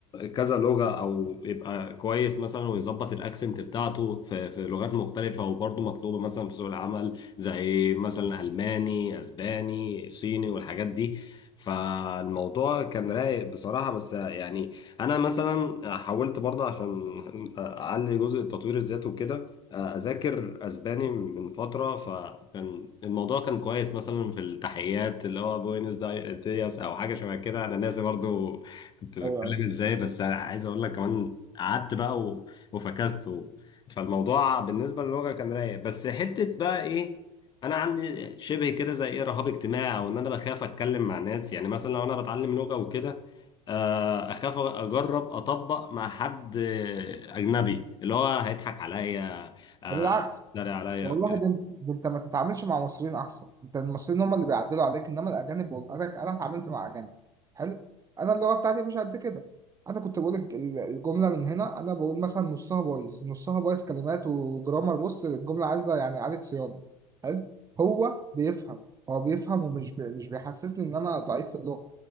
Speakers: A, on the left (about 25°); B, on the right (about 20°).
A: كذا لغة أو يبقى كويس مثلا ويظبط الأكسنت بتاعته في, في لغات مختلفة وبرضه مطلوبة مثلا في سوق العمل زي مثلا ألماني أسباني صيني والحاجات دي فالموضوع كان رايق بصراحة بس يعني أنا مثلا حاولت برضه عشان أعلي جزء التطوير الذاتي وكده اذاكر اسباني من فتره فكان الموضوع كان كويس مثلا في التحيات اللي هو بوينس داي- دياس او حاجه شبه كده انا ناسي برضو كنت بتكلم
B: ايوه
A: ازاي بس عايز اقول لك كمان قعدت بقى و- وفكست و- فالموضوع بالنسبه للغه كان رايق بس حته بقى ايه انا عندي شبه كده زي ايه رهاب اجتماعي او ان انا بخاف اتكلم مع ناس يعني مثلا لو انا بتعلم لغه وكده آه، اخاف اجرب اطبق مع حد آه، اجنبي اللي هو هيضحك عليا آه،
B: بالعكس
A: اتريق عليا
B: والله
A: وكده
B: ده انت ده انت ما تتعاملش مع مصريين احسن انت المصريين هم اللي بيعدلوا عليك انما الاجانب وال- انا انا اتعاملت مع اجانب حلو انا اللغه بتاعتي مش قد كده انا كنت بقول الج- ال- الجمله من هنا انا بقول مثلا نصها بايظ نصها بايظ كلمات وجرامر بص الجمله عايزه يعني اعاده صيانه حلو هو بيفهم هو بيفهم ومش بي... مش بيحسسني ان انا ضعيف في اللغه